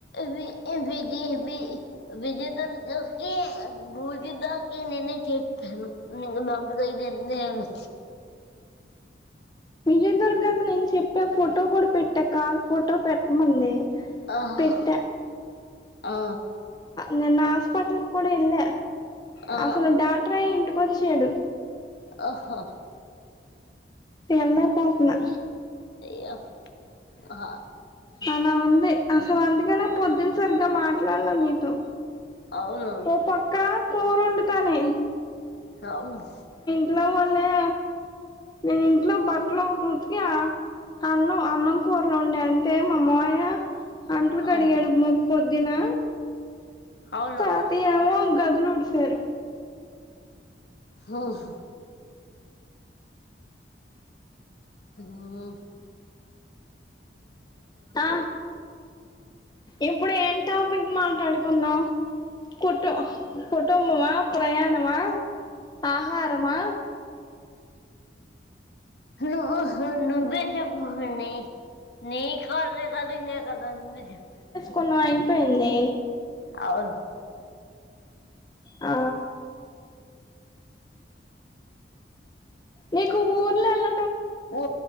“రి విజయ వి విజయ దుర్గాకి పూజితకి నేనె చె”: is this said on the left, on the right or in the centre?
Left